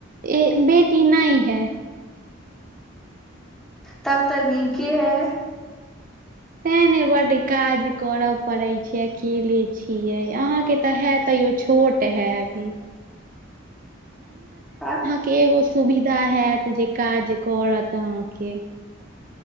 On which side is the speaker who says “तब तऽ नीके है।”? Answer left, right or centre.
Centre